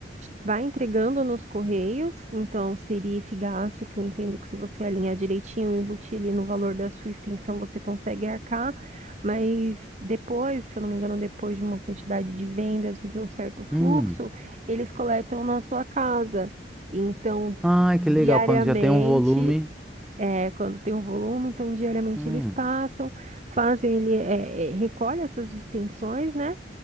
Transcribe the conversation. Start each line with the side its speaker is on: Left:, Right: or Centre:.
Right: vai entregando nos correios, então seria esse gasto que eu entendo que se você alinhar direitinho, embutir ali no valor da sua extensão, você consegue arcar, mas depois, se eu não me engano, depois de uma quantidade de vendas ou de um certo fluxo,
Centre: Hum.
Right: eles coletam na sua casa. Então,
Centre: Ai, que legal,
Right: diariamente,
Centre: quando já tem um volume.
Right: é, quando tem um volume, então diariamente
Centre: Hum.
Right: eles passam, fazem, ele, é, é, recolhe essas extensões, né?